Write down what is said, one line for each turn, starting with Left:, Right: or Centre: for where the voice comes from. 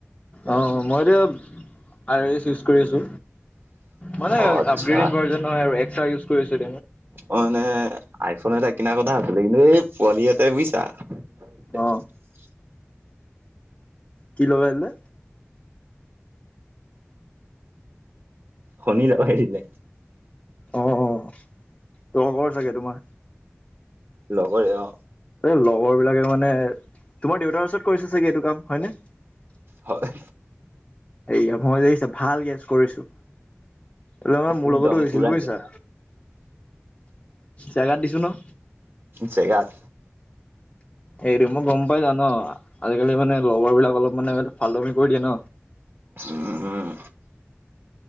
Left: অ মই এতিয়া আইছ ইউজ কৰি আছো। মানে
Right: অ', আচ্ছা।
Left: আপগ্ৰড ভাৰ্ হয় এক্ ই কৰিছ <unintelligible>
Right: অ', মানে আইফোন এটা কিনাৰ কথা আছিলে কিন্তু এই পোৱালি এটাই বুজিছা। <unintelligible> <unintelligible>
Left: অ',
Right: <inaudible>
Left: কি লগাই দিলে।
Right: শনি লগাই দিলে।
Left: অ অ তগ চাগে তোমাৰ
Right: লগৰে অ
Left: এই লগৰ বিলাকে মানে তোমাৰ দেউতাৰ ওচৰত কৰিছো চাগে এইটো কাম হয়নে <unintelligible>
Right: হয়
Left: এইয়া মই দেখিচা ভাল গেছ কৰিছো। তাৰ মোৰ
Right: একদম
Left: লগতো হৈছিল
Right: পুৰা
Left: বুজিছা।
Right: জেগাত
Left: জেগাত দিছো ন।
Right: জেগাত।
Left: এইটো মই গম পাই যা ন আজিকালি মানে লগৰ বিলাক অলপ মানে ফালটোৱামি কৰি দিয়ে ন।
Right: উম, উম,